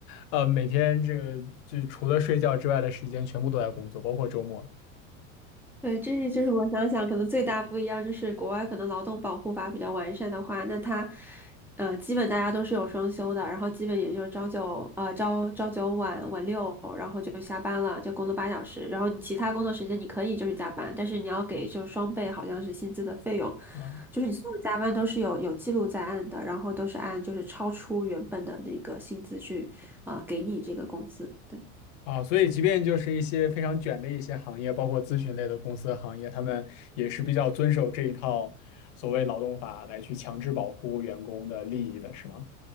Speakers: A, on the left (about 65°); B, in the centre.
A: 呃，每天这个就除了睡觉之外的时间全部都在工作，包括周末。
B: 对，这是就是我想想，可能最大不一样就是国外可能劳动保护法比较完善的话，那它呃基本大家都是有双休的，然后基本也就是朝九呃朝朝九晚晚六，然后就下班了，就工作八小时，然后你其他工作时间你可以就是加班，但是你要给就是双倍好像是薪资的费用，
A: 啊。
B: 就是你所有加班都是有有记录在案的，然后都是按就是超出原本的那个薪资去啊、呃给你这个工资。对。
A: 啊，所以即便就是一些非常卷的一些行业，包括咨询类的公司和行业，他们也是比较遵守这一套所谓劳动法来去强制保护员工的利益的，是吗？